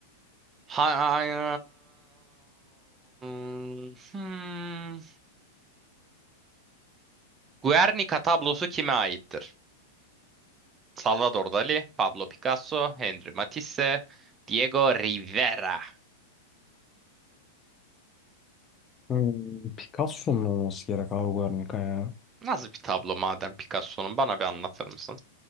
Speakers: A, on the right; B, on the left.
A: Hayır. Hmm. Guernica tablosu kime aittir? Salvador Dali, Pablo Picasso, Henri Matisse, Diego Rivera.
B: Hmm, Picasso'nun olması gerek abi Guernica ya.
A: Nasıl bir tablo madem Picasso'nun bana bir anlatır mısın?